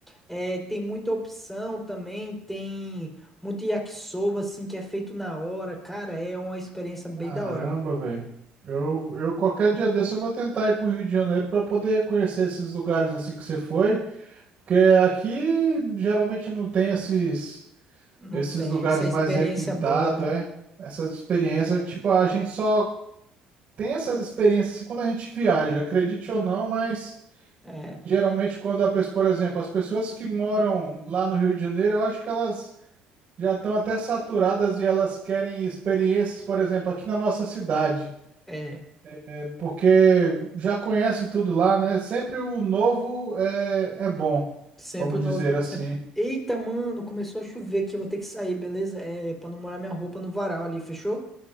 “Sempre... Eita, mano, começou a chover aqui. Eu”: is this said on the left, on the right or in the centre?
Centre